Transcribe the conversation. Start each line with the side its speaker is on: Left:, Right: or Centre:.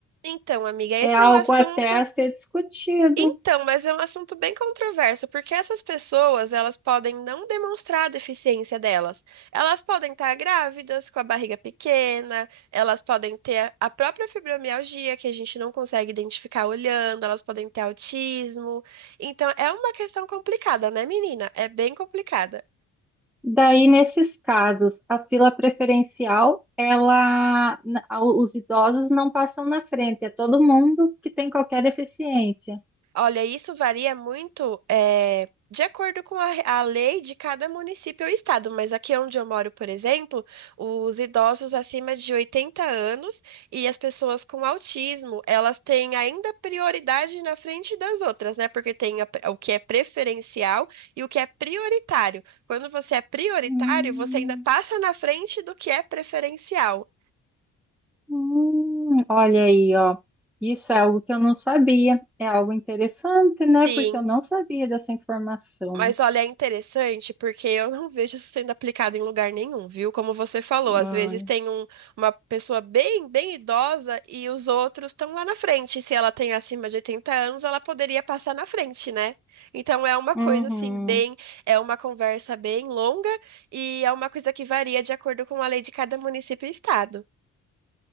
Right: Então, amiga, esse
Centre: É algo
Right: é um assunto.
Centre: até a ser discutido.
Right: Então, mas é um assunto bem controverso, porque essas pessoas, elas podem não demonstrar a deficiência delas. Elas podem estar grávidas, com a barriga pequena, elas podem ter a própria fibromialgia, que a gente não consegue identificar olhando, elas podem ter autismo. Então, é uma questão complicada, né, menina? É bem complicada.
Centre: Daí, nesses casos, a fila preferencial, ela, na- os idosos não passam na frente, é todo mundo que tem qualquer deficiência.
Right: Olha, isso varia muito, eh, de acordo com a, a lei de cada município ou estado, mas aqui onde eu moro, por exemplo, os idosos acima de 80 anos e as pessoas com autismo, elas têm ainda prioridade na frente das outras, né? Porque tem a pre- o que é preferencial e o que é prioritário. Quando você é prioritário,
Centre: Hum.
Right: você ainda passa na frente do que é preferencial.
Centre: Hum, olha aí, ó. Isso é algo que eu não sabia. É algo interessante, né?
Right: Sim.
Centre: Porque eu não sabia dessa informação.
Right: Mas olha, é interessante porque eu não vejo isso sendo aplicado em lugar nenhum, viu? Como você falou, às
Centre: Olha.
Right: vezes tem um- uma pessoa bem, bem idosa e os outros estão lá na frente. Se ela tem acima de 80 anos, ela poderia passar na frente, né? Então é uma
Centre: Uhum.
Right: coisa assim, bem, é uma conversa bem longa e é uma coisa que varia de acordo com a lei de cada município e estado.